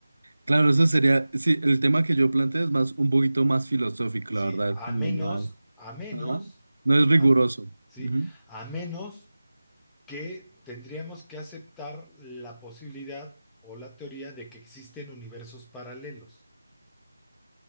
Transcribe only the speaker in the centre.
¿sí?
A
menos,
a menos,
a- ¿sí?
A menos que tendríamos que aceptar la posibilidad o la teoría de que existen universos paralelos